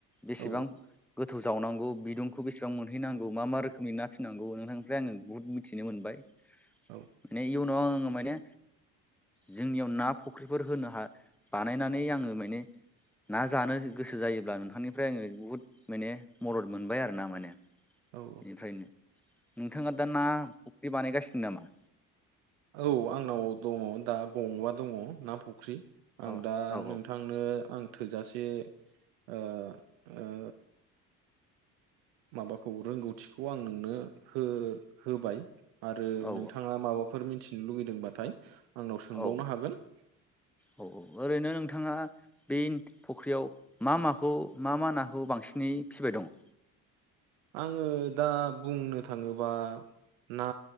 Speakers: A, in the centre; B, on the right.
A: बेसेबां
B: औ
A: गो थौ जावनांगौ बिदुंखौ बेसेबां मोनहैनांगौ मा मा रोखोमनि ना फिनांगौ नोंथांनिफ्राय आङो बुहुद मिथिनो मोनबाय।
B: औ
A: माने इयुनाव आङो माने जोंनियाव ना फुख्रिफोर होनो हा बानायनानै आङो माने ना जानो गोसो जायोब्ला नोंथांनिफ्राय आङो बुहुद माने मदद मोनबाय आरो ना माने।
B: औ
A: इनिफ्रायनो नोंथाङा दा ना फुख्रि बानायगासिनो नामा?
B: औ आंनाव दङ दा गंबा दङ ना फुख्रि आं
A: औ
B: दा
A: औ
B: नोंथांनो आं थोजासे ओ ओ माबाखौ रोंगौथिखौ आं नोंनो हो-होबाय। आरो
A: औ
B: नोंथाङा माबाफोर मिथिनो लुगैदोंबाथाय आंनाव सोंबावनो
A: औ
B: हागोन
A: औ औ ओरैनो नोंथाङा बे फख्रियाव मा माखौ मा मा नाखौ बांसिनै फिबाय दंङ'?
B: आङो दा बुंनो थाङोबा ना